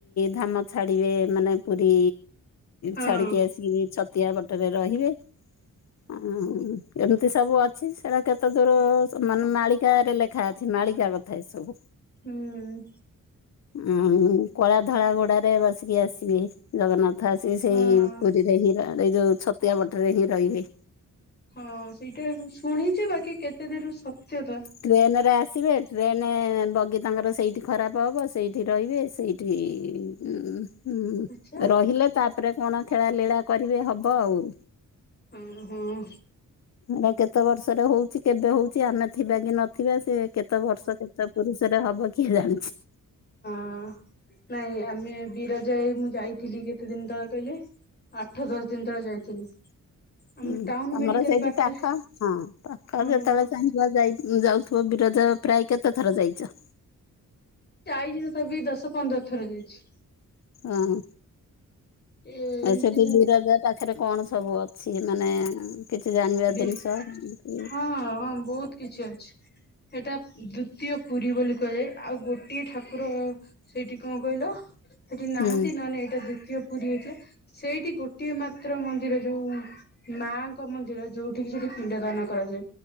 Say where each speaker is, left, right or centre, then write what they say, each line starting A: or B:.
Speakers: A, on the left (about 55°); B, on the left (about 30°).
A: ଧାମ ଛାଡିବେ, ମାନେ ପୁରୀ
B: ହଁ
A: ଛାଡିକି ଆସିକି, ଛତିଆ ଵଟରେ ରହିବେ। ହ ଏମିତି ସବୁ ଅଛି, ସେଟା କେତେ ଦୂର ମାନେ ମାଳିକାରେ ରେ ଲେଖା ଅଛି ନା ମାଳିକା କଥା ଏ ସବୁ।
B: ହୁଁ।
A: ଉଁ କଳା ଧଳା ଘୋଡାରେ ବସିକି ଆସିବେ ଜଗନ୍ନାଥ। କଥା ସେି ସେଇ
B: ହଁ
A: ପୁରୀରେ, ହିଁ ଏଇ ଯୋଉ ସେଇ ଛତିଆ ପଟରେ ହିଁ ରହିବେ।
B: ହଁ ସେଇଟା ଶୁଣିଛ, ବାକି କେତେ ଦୂର ସତ୍ୟତା
A: ଟ୍ରେନ ରେ, ଆସିବେ ଟ୍ରେନ ମାନେ ବଗି ତାଙ୍କର ସେଇଠି ଖରାପ ହବ, ସେଇଠି ରହିବେ, ସେଇଠି ଉଁ ହୁଁ
B: ଆଚ୍ଛା
A: ରହିଲେ ତାପରେ କଣ ଖେଳା ଲିଳା କରିବେ, ହବ ଆଉ
B: ହଁ ହଁ।
A: ହେ କେତେ ବର୍ଷରେ ହଉଛି, କେବେ ହଉଛି ଆମେ ଥିବା କି ନ ଥିବା ସେ କେତେ ବର୍ଷ, କେତେ ପୁରୁଷରେ ହବ କିଏ ଜାଣିଛି?
B: ହଁ ନାଇଁ ଆମ ବିରଜା ହେଇ ମୁଁ ଯାଇଥିଲି, କେତେ ଦିନ ତଳେ କହିଲେ, ଆଠ ଦଶ ଦିନ ତଳେ ଯାଇଥିଲି। ଆମ
A: ହୁଁ
B: ଟାଉନ
A: ତମର
B: ମେଡିକାଲ
A: ସେଇଠି
B: ପାଖରେ
A: ପାଖ, ହ ପାଖ
B: ହଁ
A: ଯେତେବେଳେ ଚାହିଁବ ଯାଉଥିବ। ଯୋ ଯାଅ ପ୍ରାୟ କେତେ ଥର ଯାଇଚ?
B: ଯାଇଚି ତଥାପି ଦଶ, ପନ୍ଦର ଥର ଯାଇଛି।
A: ଅଁ,
B: ଏମିତି
A: ଆଉ ସେଠି ବିରଜା ପାଖରେ କଣ ସବୁ ଅଛି? ମାନେ କିଛି ଜାଣିବା
B: ବି-
A: ଜିନିଷ
B: ହଁ,
A: କି
B: ହଁ ବହୁତ କିଛି ଅଛି। ସେଟା, ଦ୍ଵୁତୀୟ ପୁରୀ ବୋଲି କୁହାଯାଏ। ଆଉ ଗୋଟିଏ ଠାକୁର ସେଇଠି କଣ କହିଲ ସେଠି ନାହାନ୍ତି
A: ହୁଁ
B: ନନେ ଏଇଟା ଦ୍ଵିତୀୟ ପୁରୀ ହେଇଥିଲା ସେଇଠି ଗୋଟିଏ ମା ତ୍ର ମନ୍ଦିର ଯୋଉ ମାଙ୍କ ମନ୍ଦିର ଯୋଉଠିକି ସେଠି ପିଣ୍ଡ ଦାନ କରାଯାଏ।